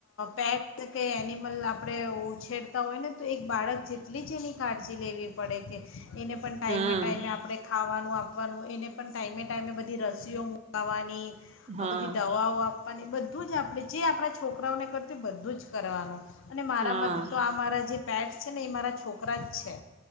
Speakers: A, on the left; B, on the right.
A: પેટ્સ કે એનિમલ આપણે ઉછેરતા હોય ને તો એક બાળક જેટલી જ એની કાળજી લેવી પડે કે એને પણ ટાઈમે
B: હા
A: ટાઈમે આપણે. ખાવાનું આપવાનું એને પણ ટાઈમે ટાઈમે બધી રસીઓ મુકાવવાની.
B: હા
A: આ બધી દવાઓ. બધું જ આપણે જે આપણા છોકરાઓને કરતું બધું જ કરવાનું. અને મારા
B: હા
A: માટે તો આ મારા જે. પેટ્સ છે ને એ મારા છોકરા જ છે.